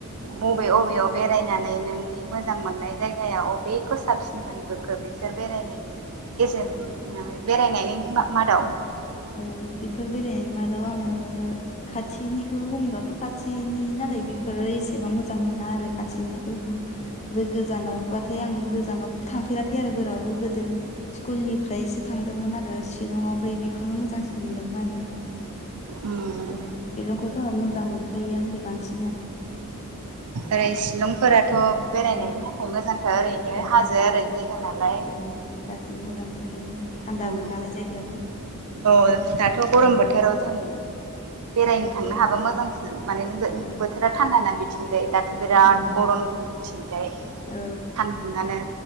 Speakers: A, on the right (about 85°); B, on the left (about 30°).
A: बबे बबेयाव बेरायनानै नोंनि मोजां मोननाय जायगाया अबेखौ साबसिन मोनबोखो बिसोर बेरायनायनि गेजेर बेरायनायनि मा-मादाव
B: औ बेफोर बेराय मादाव आङो खाथिनिखौ बुंङोबाथ' खाथिनि ना नै बेफोरो एसेबां मोजां मोना आरो खाथिनिफोरखौ बे गोजानावबा थाय आं गोजानावबो थांफेराखै आरो बोरावबो गोदो स्कुलनिफ्रायसो थांदोंमोन आरो शिलंआव। आमफ्राय बेखौनो मोजांसिन मोनदोंमोन आरो।
A: उम
B: ओं सिलंखौथ' मोजां मोनखायो आनो दे बांसि
A: ओरै शिलंफोराथ' बेरायनायनि
B: ओं
A: थाखाय मोजां। ओरैनो
B: ओं
A: हाजो ओरैनो <unintelligible> नालाय
B: ओं गासैबो मोजां मोनखायो थान्दाबो
A: उम
B: नालाय जायगायाबो
A: औ दाथ' गरम
B: उम
A: बोथोराव जों बेरायनो थांनो
B: औ
A: हाबा मोजांसो माने <unintelligible>
B: औ
A: बोथोरा थान्दाना बिथिंजाय दा बिराद
B: उम
A: गरम जोंनि थिंजाय
B: औ
A: सान्दुंनो।